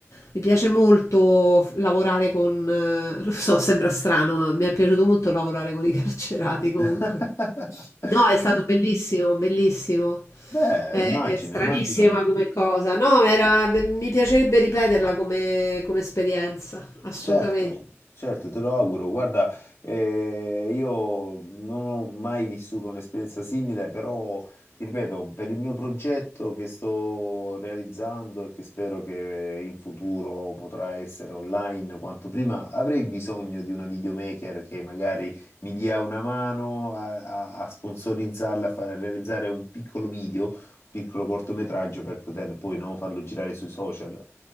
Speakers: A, on the left; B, on the left.
A: Mi piace molto f- lavorare con, eh, lo so, sembra strano, ma mi è piaciuto molto lavorare con i <laughs> carcerati comunque.
B: <laughs>
A: No, è stato bellissimo, bellissimo.
B: Beh,
A: È,
B: immagino,
A: è stranissima
B: immagino.
A: come cosa. No, era, mi piacerebbe ripeterla come, come esperienza, assolutamente.
B: Certo, certo, te lo auguro. Guarda, eh, io non ho mai vissuto un'esperienza simile, però ti ripeto, per il mio progetto che sto realizzando e che spero che in futuro potrà essere online quanto prima, avrei bisogno di una videomaker che magari mi dia una mano a, a- a sponsorizzarla, a fare, a realizzare un piccolo video, un piccolo cortometraggio per poter poi no, farlo girare sui social.